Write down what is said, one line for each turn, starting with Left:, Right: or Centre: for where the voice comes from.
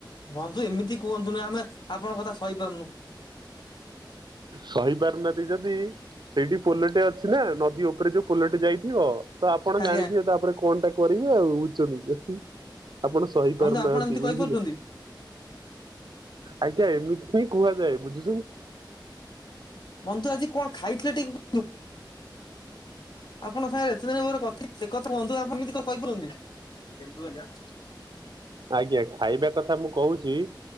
Left: ବନ୍ଧୁ ଏମିତି କୁହନ୍ତୁନି ଆମେ ଆପଣଙ୍କ କଥା ସହିପାରୁନୁ।
Right: ସହି ପାରୁନାହାନ୍ତି ଯଦି ସେଇଠି ପୋଲଟେ ଅଛି ନା। ନଦୀ ଉପରେ ଯୋଉ ପୋଲଟେ ଯାଇଥିବ। ତ ଆପଣ
Left: ଆଜ୍ଞା
Right: ଜାଣିଥିବେ ତାପରେ କଣ ଟା କରିବେ ଆଉ ବୁଝୁଛନ୍ତି। ଆପଣ ସହି
Left: ବନ୍ଧୁ
Right: ପାରୁନାହାନ୍ତି
Left: ଆପଣ ଏମିତି
Right: ବୁଝିଲେ।
Left: କହିପାରୁଛନ୍ତି
Right: ଆଜ୍ଞା ଏମିତି ହିଁ କୁହାଯାଏ। ବୁଝୁ
Left: ବନ୍ଧୁ ଆଜି କଣ ଖାଇଥିଲେ। ଟିକେ ଆପଣ ସାଙ୍ଗରେ ଏତେ ଦିନପରେ କଥା ସେ କଥା କୁହନ୍ତୁ। ଆପଣ ଏମତି କହିପାରନ୍ତି।
Right: ଆଜ୍ଞା ଖାଇବା କଥା ମୁଁ କହୁଛି।